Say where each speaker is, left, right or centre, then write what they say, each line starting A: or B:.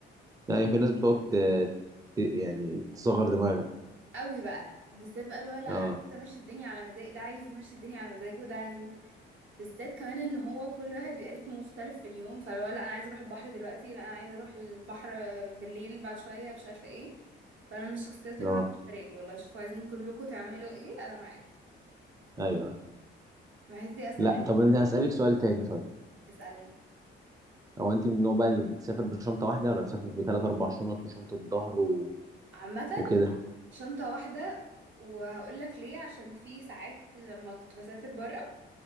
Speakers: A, on the right (about 15°); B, on the right (about 75°).
A: يعني في ناس بتقعد ت- ت- يعني تصغر دماغها
B: قوي بقى بالذات بقى اللي هو لا
A: اه
B: انا عايزه امشي الدنيا على مزاجي ده عايز يمشي الدنيا على مزاجه وده عايز بالذات كمان ان هو كل واحد بيبقى رتمه مختلف في اليوم فلو لا انا عايزه اروح البحر دلوقتي لا انا عايزه اروح البحر بالليل بعد شويه مش عارفه ايه فانا من الشخصيات اللي
A: اه
B: هو مش فارق لي والله شوفوا عايزين كلكم تعملوا ايه انا معاكم
A: ايوه
B: بحس دي اسهل
A: لا
B: حاجه
A: طب انا هسألك سؤال تاني طيب
B: تسالني
A: هو انت من النوع بقى اللي بتسافر بشنطة واحدة ولا بتسافر بثلاث اربع شنط وشنطة ظهر و...
B: عامه
A: وكده
B: شنطه واحده وهقول لك ليه عشان في ساعات لما كنت بسافر بره